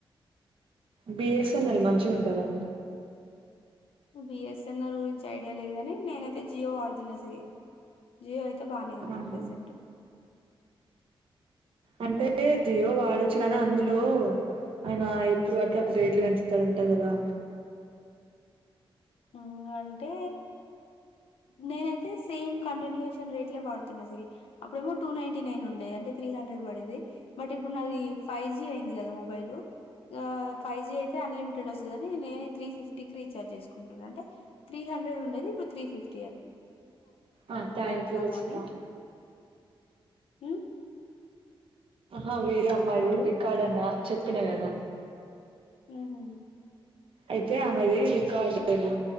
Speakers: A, on the right; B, on the left.
A: బిఎస్ఎన్ఎల్ మంచి ఉంటుందా
B: బిఎస్ఎన్ఆర్ గురించి ఐడియా లేదుని నేనైతే జియో వాడుతున్నా సిరి జియో అయిత్ తె బానే ఉంది
A: ఆహా
B: ప్రెజెంట్
A: అంటే
B: హ్మ్
A: జియో వాడొద్ చ్చుగానే అందులో ఆయన ఎప్పుడు పడితే అప్పుడు రేట్లు పెంచుతాడంట కదా
B: ఆ అంటే నేనైతే సేమ్ కంటిన్యూయేషన్ రేట్ లో వాడుతున్నా సిరి అప్పుడేమో టూ నైంటి నైన్ ఉండేది అంటే త్రీ హండ్రెడ్ పడేది బట్ ఇప్పు అప్పుడు నాది ఫైజీ అయింది కదా మొ బైలు గా ఫైవ్ జీ అయితే అన్లిమిటెడ్ వస్ త్తదని నే తీ ఫిఫ్టీ కి రీచార్జ చేసుకు అంటే త్రీ హండ్రెడ్ ఉండే ఇప్పుడు త్రీ ఫిఫ్
A: ఆ థాంక్యూ
B: ఎట్లాగో
A: రుచిత.
B: అని ఉమ్
A: ఆ వేరే అమ్మాయిది
B: ఎవరు
A: రికార్డు ఉందా. చెప్పిన కదా.
B: మ్మ్ హ్మ్
A: అయితే ఆమెది రికార్డ్ ఏమో